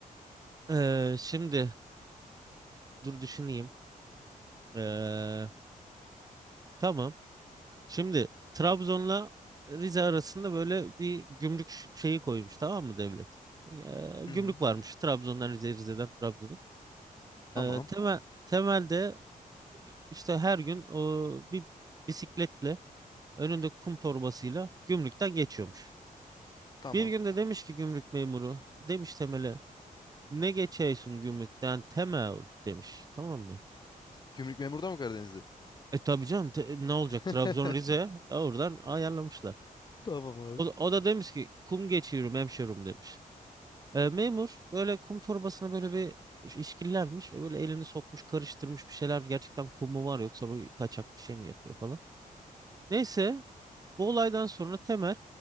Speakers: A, on the right; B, on the left.
A: Ee, şimdi dur düşüneyim. Ee, tamam. Şimdi Trabzon'la Rize arasında böyle bir gümrük ş- şeyi koymuş tamam mı devlet? Ee, gümrük
B: Hı hı.
A: varmış Trabzon'dan Rize'ye Rize'den Trabzon'a.
B: Tamam.
A: Ee, temel, temelde işte her gün o, bir bisikletle önünde kum torbasıyla gümrükten geçiyormuş.
B: Tamam.
A: Bir günde demiş ki gümrük memuru demiş Temel'e ne geçiyorsun gümrükten Temel demiş tamam mı?
B: Gümrük memuru da mı Karadeniz'de?
A: E tabii canım te- ne
B: <laughs>
A: olacak Trabzon Rize E, oradan ayarlamışlar.
B: Tamam abi.
A: O, da- o da demiş ki kum geçiyorum hemşerim demiş. E, memur böyle kum torbasına böyle bir iş- işkillenmiş ve böyle elini sokmuş karıştırmış bir şeyler gerçekten kum mu var yoksa bu kaçak bir şey mi yapıyor falan. Neyse bu olaydan sonra Temel